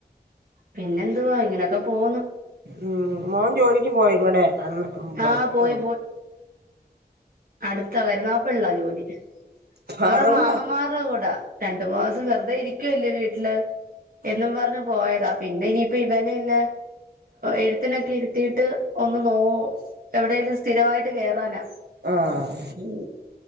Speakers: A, on the right; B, on the right.
A: പിന്നെന്തുവാ ഇങ്ങനെയൊക്കെ പോന്ന്
B: ഉം മോൻ ജോലിക്ക് പോയോ ഇങ്ങടെ അന്ന് അം പത്രോ
A: ആഹ് പോയി അടുത്താ കരുന്നാഗപ്പള്ളിയിലാ ജോലി അവര
B: അറൂട
A: മാമൻമാരുടെ കൂടാ രണ്ടു മാസം വെറുതെ ഇരിക്കുവല്ലേ വീട്ടില് എന്നും പറഞ്ഞ് പോയതാ പിന്നെ ഇനിയിപ്പോ ഇവനെ ഇല്ല എഴുത്തിനൊക്കെ ഇരുത്തിയിട്ട് ഒന്ന് നോ എവിടേലും സ്ഥിരമായിട്ട് കേറാനാ
B: ആഹ്
A: ഉം